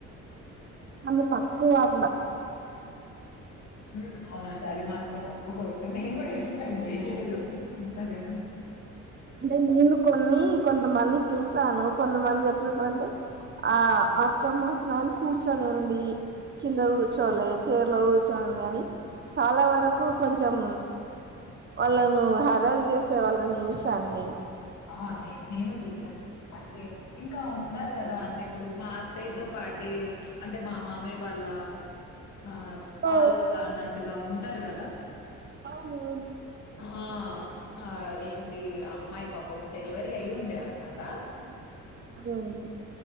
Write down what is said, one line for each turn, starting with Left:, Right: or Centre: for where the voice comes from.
Right: ఆమె తక్కువ అట్ల
Left: మ్మ్ అలాగే అంటే అది మాత్రం ఒప్పుకోవచ్చు సరేనా
Right: అంటే నేను కొన్ని కొంతమంది చూసాను కొంతమంది ఎట్లుంటారంటే ఆ అత్తమ్మ వొచ్చిన గానీ కూర్చొని ఉండి కింద కూర్చోవాలి చైర్లో కూర్చోండి అని చాలా వరకు కొంచెం కొంచెం వాళ్ళను హరాస్ చేసే వాళ్ళని చూశాను నేను
Left: ఆ నేను చూశాను అంటే ఇంకా ఉంటారు కదా అంటే ఇప్పుడు మా అత్తాయ్యతో పాటే ప్చ్ అంటే మా మామయ్య వాళ్ల లా ఆ పాలోళ్ళు
Right: ఓ
Left: అన్నట్టుగా ఉంటారు గాదా
Right: అవునవును
Left: ఆ ఆ ఏంటి అమ్మాయి పాపం డెలివరీ అయ్యి ఉండే అన్నామాట
Right: మ్మ్